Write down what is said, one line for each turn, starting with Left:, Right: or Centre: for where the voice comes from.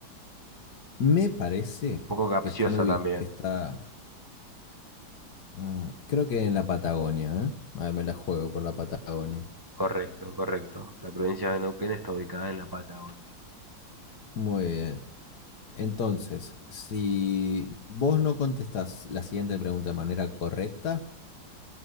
Left: Me parece
Right: Un poco capciosa
Left: que están ubi-
Right: también.
Left: que está, ah, creo que en la Patagonia, ¿eh? A ver, me la juego por la Patagonia.
Right: Correcto, correcto. La provincia de Neuquén está ubicada en la Patagonia.
Left: Muy bien. Entonces, si vos no contestás la siguiente pregunta de manera correcta,